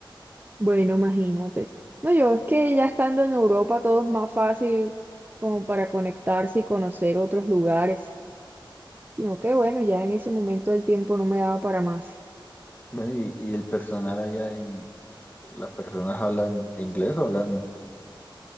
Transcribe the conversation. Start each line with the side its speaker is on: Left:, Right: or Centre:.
Right: Bueno, imagínate. No, yo es que ya estando en Europa todo es más fácil como para conectarse y conocer otros lugares, sino que bueno, ya en ese momento el tiempo no me daba para más.
Left: Bueno, y, y el personal allá en, las personas hablan inglés o hablan,